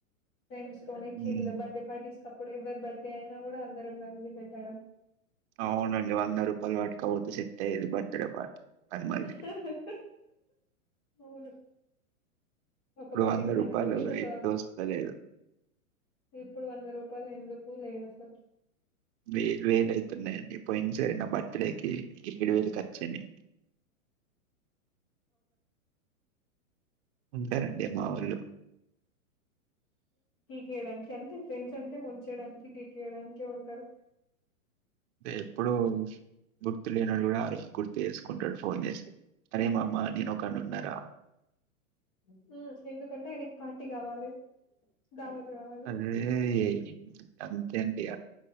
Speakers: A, on the left; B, on the right.
A: ఫ్రెంస్ తోనే చిల్లీ
B: ఉమ్
A: బర్త్డే పార్టీస్ ఇప్పుడు ఎవ్వరి బర్త్డే అయినా కూడా అందరం కలిసి వెళ్ళడం.
B: అవునండి వంద రూపాయలు పట్కపో సిట్ అయేది బర్త్డే పార్టీ. అది మళ్ళీ
A: హాహా. అవును ఒక
B: ఇప్పుడు రూ.
A: బడేకి హండ్రెడ్ రూపీస్ ఒక
B: ఎట్టొస్తలేదు.
A: ఇప్పుడు వంద రూపాయలు ఎందుకు. కూల్ ఏం వస్తాం
B: వేలు వేలు అయితున్నాయండి పోయిన సరే నా బర్త్ డేకి ఏడు వేలు ఖర్చునాయ్ ఉంటారండి మా ఒళ్ళు
A: యడానికి అంటే ఫ్రెండ్స్ అంటే ముంచయడానికి గికేయడానికి ఉంటారు.
B: ఎప్పుడు గుర్తు లేనడు కూడా ఆ రోజు గుర్తు వేసు అనుకుంటాడు ఫోన్ చేసి అరే మామా నేను ఒకన్ని ఉన్నారా
A: హ్మ్ ఎందుకంటే ఆయనకి పార్టీ కావాలి. దావత్ కావాలి
B: అది అం అంతే అండి